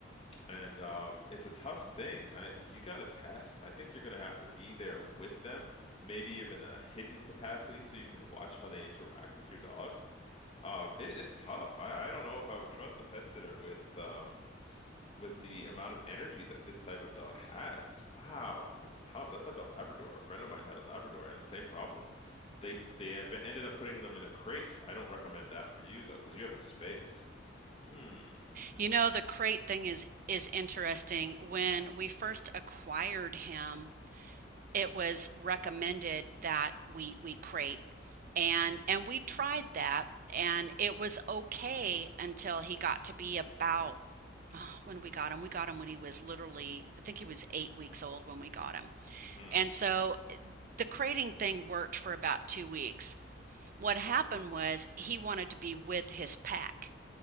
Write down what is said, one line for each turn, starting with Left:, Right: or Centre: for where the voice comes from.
Left: And um, it's a tough thing. I you got to test. I think you're going to have to be there with them, maybe even a hidden capacity, so you can watch how they interact with your dog. Um, it, it's tough. I, I don't know if I would trust a pet sitter with um, with the amount of energy that this type of dog has. Wow, that's tough. That's like a Labrador. A friend of mine had a Labrador and same problem. They they ev- ended up putting them in a crate. I don't recommend that for you though, because you have the space. Mm.
Right: You know, the crate thing is is interesting. When we first acquired him, it was recommended that we we crate. And and we tried that and it was okay until he got to be about <sighs> oh, when we got him, we got him when he was literally, I think he was eight weeks old when we got him.
Left: Mm-hmm.
Right: And so eh, the crating thing worked for about two weeks. What happened was he wanted to be with his pack.